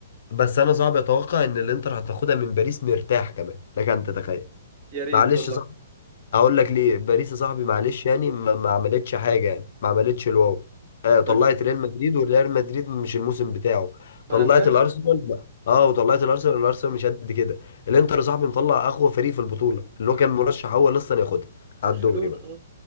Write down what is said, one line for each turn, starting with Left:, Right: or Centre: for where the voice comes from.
Left: بس انا صعب اتوقع ان الانتر هتاخدها من باريس مرتاح كمان لك ان تتخيل
Right: يا ريت
Left: معلش
Right: والله
Left: اقول لك ليه باريس يا صاحبي معلش يعني ما, ما عملتش حاجه يعني ما عملتش الواو آه طلعت
Right: بس
Left: ريال مدريد وريال مدريد مش الموسم بتاعه طلعت
Right: ما انا فاهم
Left: الارسنال لا. اه وطلعت الارسنال الارسنال مش قد كده الانتر يا صاحبي مطلع اقوى فريق في البطوله اللي هو كان مرشح اول اصلا ياخدها على
Right: برشلونه
Left: الدوري بقى
Right: اه